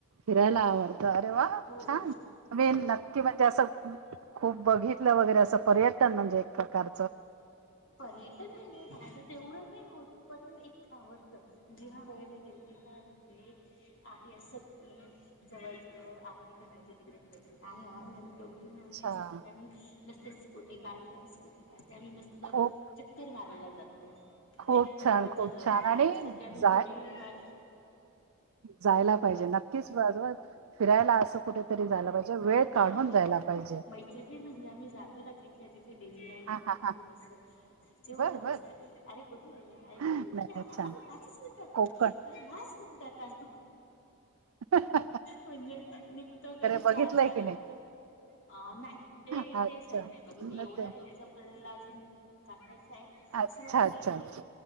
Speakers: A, on the right (about 80°); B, on the left (about 55°).
A: फिरायला आवडतं अरे वा
B: हो हो
A: छान मेन नक्की म्हणजे, असं. खूप बघितलं वगैरे, असं पर्यटन म्हणजे, एक प्रकार.
B: पर्यटन ना बाज तेवढं नाही होतं पण एक आवडतं जेव्हा वेळ भेटेल तेव्हा म्हणजे आहे असं की जवळच्या जवळ आहे तिकडे एकमेकांना आहे आम्ही दोघी नवे
A: छान
B: असते मस्त स्कूटी काढते ती स्कूटी काढते आम्ही मस्त.
A: खूप
B: चक्कर मारायला जातो.
A: खूप छान
B: जवळच्या
A: खूप
B: जवळ
A: छान आणि
B: आता सध्या मी
A: जाय
B: थोडी ह.
A: जायला पाहिजे नक्कीच बाजवतं फिरायला असं कुठेतरी जायला पाहिजे वेळ काढून
B: आम्ही
A: जायला
B: म्हणजे
A: पाहिजे.
B: मैत्रिणी म्हणजे आम्ही जातो ना तिथल्या तिथे देवी आई
A: हा
B: मधून
A: हा हा
B: थोडसं. ते ओरडतं
A: बर बर
B: असतात अरे कुठे गेले- अरे कुठे
A: नाही
B: गेले
A: नाही
B: अरे
A: छान
B: आलो पाच मिनिटातं.
A: कोकण
B: अरे मा सुतात <inaudible>
A: ह.
B: म्हणजे निघतो कधी चार
A: बघितलंय
B: चा आधी
A: की नाही
B: निघतो. अ - नाही ते
A: अच्छा
B: - ते साईड नाही बघित
A: अच्छा
B: एवढ्या दूरचा पल्ला अजून टाकायचा आहे
A: अच्छा
B: सुरुवात
A: अच्छा अच्छा
B: केलीय.